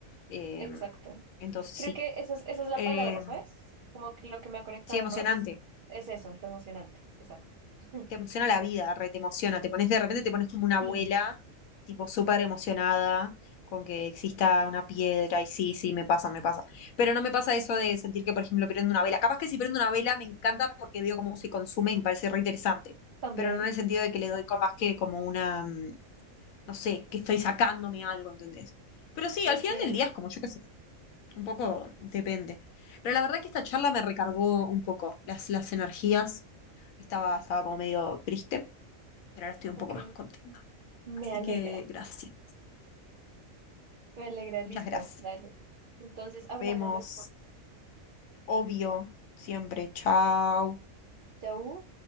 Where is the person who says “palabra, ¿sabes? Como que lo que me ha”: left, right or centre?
Right